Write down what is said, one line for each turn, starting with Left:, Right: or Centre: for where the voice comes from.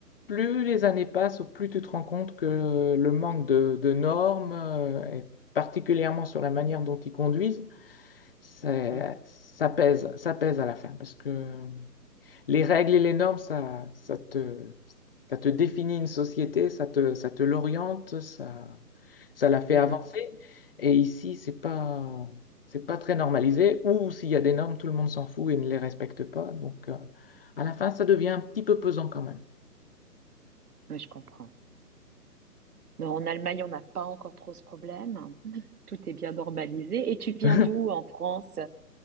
Left: plus les années passent, au plus tu te rends compte que le manque de, de normes, euh, et particulièrement sur la manière dont ils conduisent, c'est-
Right: Hein.
Left: ça pèse, ça pèse à la fin. Parce que les règles et les normes, ça, ça te, ça te définit une société, ça te, ça te l'oriente, ça, ça la fait
Right: Mhm.
Left: avancer. Et ici, c'est pas, c'est pas très normalisé. Ou s'il y a des normes, tout le monde s'en fout et ne les respecte pas. Donc, euh, à la fin, ça devient un petit peu pesant quand même.
Right: Ouais, je comprends. Non, en Allemagne, on n'a pas encore trop ce problème. Tout est bien normalisé. Et tu viens
Left: <laughs>
Right: d'où en France?